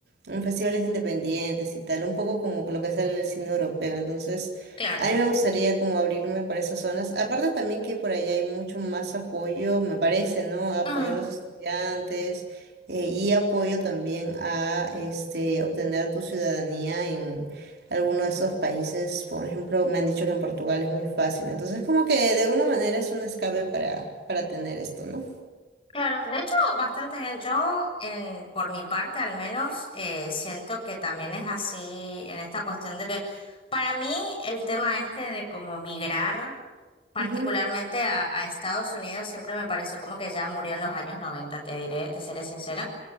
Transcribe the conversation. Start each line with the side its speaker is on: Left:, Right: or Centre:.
Right: mm, festivales independientes y tal, un poco como lo que sale del cine europeo. Entonces...
Left: claro.
Right: A mí me gustaría como abrirme por esas zonas. Aparte también que por allá hay mucho más apoyo, me parece, ¿no? Apoyo
Left: Mm,
Right: a los estudiantes eh, y apoyo también a este, obtener tu ciudadanía en alguno de esos países. Por ejemplo, me han dicho que en Portugal es muy fácil. Entonces, como que de alguna manera es un escape para, para tener esto, ¿no?
Left: claro. De hecho, bastante bien. Yo, en, por mi parte al menos, eh, siento que también es así en esta cuestión de que para mí el tema este de cómo migrar. Particularmente
Right: Ujú,
Left: a, a Estados Unidos siempre me pareció como que ya murió en los años 90, te diré, te seré sincera.